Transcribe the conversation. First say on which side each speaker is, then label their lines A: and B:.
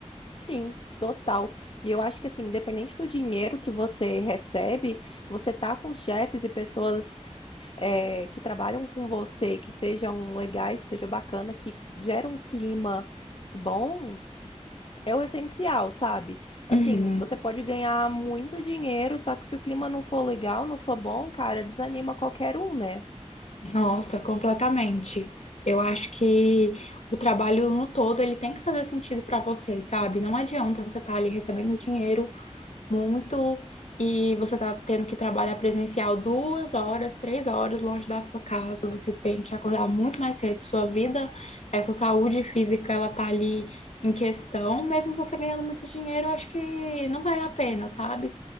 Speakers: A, on the left; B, on the left.
A: Sim, total. E eu acho que assim, independente do dinheiro que você recebe, você tá com chefes e pessoas eh, que trabalham com você, que sejam legais, que seja bacana, que gera um clima bom, É o essencial, sabe? Assim,
B: Uhum.
A: você pode ganhar muito dinheiro, só que se o clima não for legal, não for bom, cara, desanima qualquer um, né?
B: Nossa, completamente. Eu acho que o trabalho no todo ele tem que fazer sentido para você, sabe? Não adianta você estar ali recebendo dinheiro muito e você tá tendo que trabalhar presencial duas horas, três horas longe da sua casa. Você tem que acordar muito mais cedo. Sua vida, é, sua saúde física, ela tá ali em questão. Mesmo você ganhando muito dinheiro, eu acho que não vale a pena, sabe?